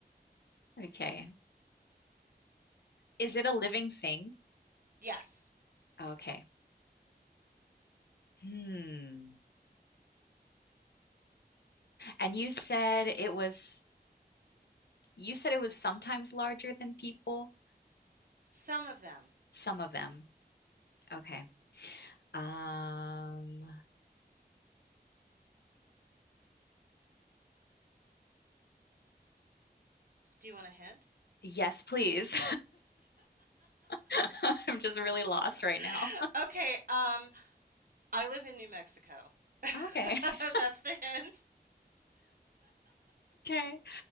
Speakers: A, on the left; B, on the right.
A: Okay. Is it a living thing?
B: Yes.
A: Okay. Hmm. And you said it was you said it was sometimes larger than people,
B: Some of them.
A: some of them. Okay. Um,
B: Do you want a hint?
A: Yes, please. <laughs> I'm just really lost
B: <laughs>
A: right now.
B: Okay, um, I live in New Mexico.
A: Okay.
B: <laughs>
A: <laughs>
B: That's the hint.
A: Okay.